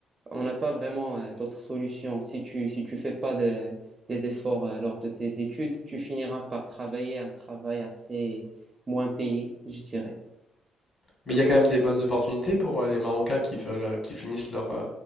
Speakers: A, on the right (about 30°); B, on the left (about 30°).
A: on n'a pas vraiment euh, d'autres solutions. Si tu, si tu fais pas de, des efforts euh, lors de tes études, tu finiras par travailler un travail assez moins payé, je dirais.
B: Mais il y a quand même des bonnes opportunités pour euh, les Marocains qui veulent, euh, qui finissent leur, euh,